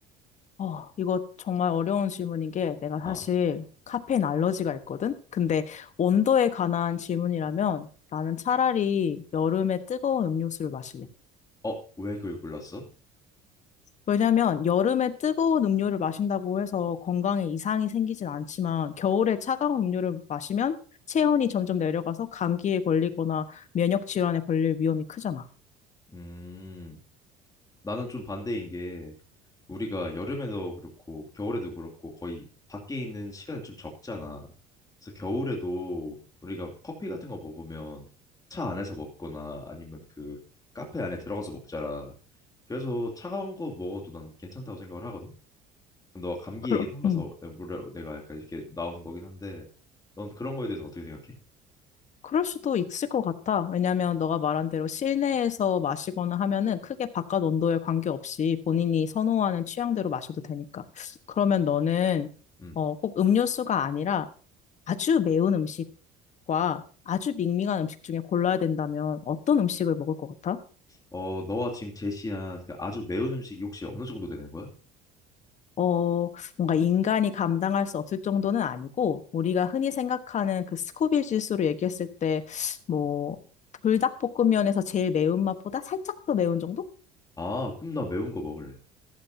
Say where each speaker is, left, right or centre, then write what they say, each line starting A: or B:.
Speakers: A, on the left (about 45°); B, on the left (about 20°).
A: 어, 이거 정말 어려운 질문인 게 내가 사실
B: 아,
A: 카페인 알러지가 있거든? 근데 온도에 관한 질문이라면 나는 차라리 여름에 뜨거운 음료수를 마실래.
B: 어, 왜 그걸 골랐어?
A: 왜냐면 여름에 뜨거운 음료를 마신다고 해서 건강에 이상이 생기진 않지만 겨울에 차가운 음료를 마시면 체온이 점점 내려가서 감기에 걸리거나 면역 질환에 걸릴 위험이 크잖아.
B: 음, 나는 좀 반대인 게 우리가 여름에도 그렇고 겨울에도 그렇고 거의 밖에 있는 시간은 좀 적잖아. 그래서 겨울에도 우리가 커피 같은 거 먹으면 차 안에서 먹거나 아니면 그 카페 안에 들어가서 먹잖아. 그래서 차가운 거 먹어도 난 괜찮다고 생각을 하거든. 너가 감기
A: 그러,
B: 얘기 나와서
A: 음.
B: 내가 물어- 내가 약간 이렇게 나오는 거긴 한데 넌 그런 거에 대해서는 어떻게 생각해?
A: 그럴 수도 있을 것 같아. 왜냐면 너가 말한 대로 실내에서 마시거나 하면은 크게 바깥 온도에 관계없이 본인이 선호하는 취향대로 마셔도 되니까. 그러면 너는
B: 음.
A: 어, 꼭 음료수가 아니라 아주 매운 음식과 아주 밍밍한 음식 중에 골라야 된다면 어떤 음식을 먹을 것 같아?
B: 어, 너가 지금 제시한 그 아주 매운 음식이 혹시 어느 정도 되는 거야?
A: 어, 뭔가 인간이 감당할 수 없을 정도는 아니고 우리가 흔히 생각하는 그 스코빌 지수로 얘기했을 때 뭐 불닭볶음면에서 제일 매운 맛보다 살짝 더 매운 정도?
B: 아, 그럼 나 매운 거 먹을래.